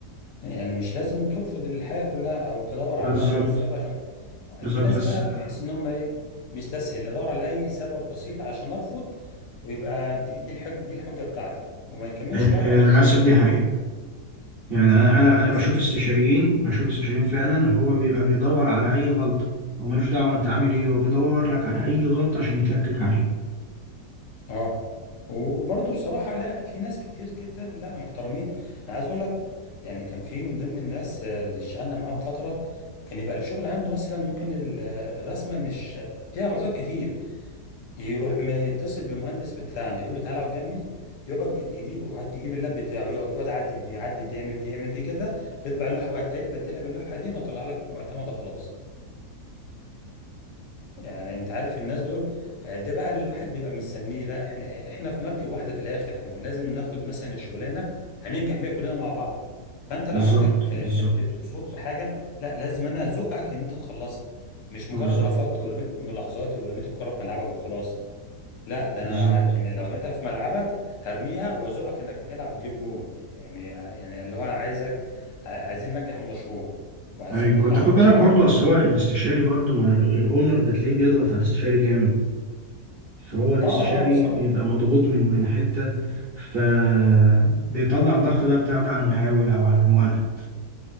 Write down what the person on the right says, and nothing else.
بالظبط
بالظبط
بس
آه،
آه،
للاسف
دي حقيقه يعني انا
انا
أنا
بشوف استشاريين بشوف استشاريين فعلا هو بيبقى بيدور على اي غلطه هو ملوش دعوه انت عامل ايه هو بيدور لك على اي غلطه عشان يتلكك عليها
بالظبط
بالظبط
بالظبط
بالظبط
ايوه
وانت خد
بالك برضو
اصل هو الاستشاري برضو مع ال- الاونر بتلاقيه بيضغط على الاستشاري جامد فهو الاستشاري
بيبقى مضغوط من من حته فبيطلع الضغط بقى بتاعه ده على المقاول او على المورد